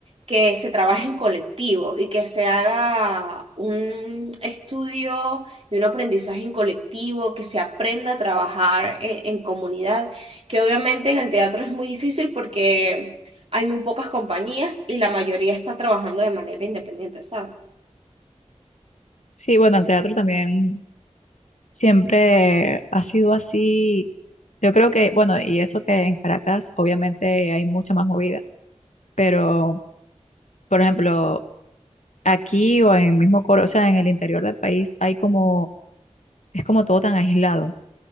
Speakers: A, on the right; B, on the left.
A: que se trabaje en colectivo y que se haga un estudio y un aprendizaje en colectivo, que se aprenda a trabajar en, en comunidad, que obviamente en el teatro es muy difícil porque hay muy pocas compañías y la mayoría está trabajando de manera independiente, ¿sabes?
B: Sí, bueno, el teatro también siempre ha sido así. Yo creo que, bueno, y eso que en Caracas obviamente hay mucha más movida, pero por ejemplo, aquí o en el mismo Coro, o sea, en el interior del país hay como, es como todo tan aislado.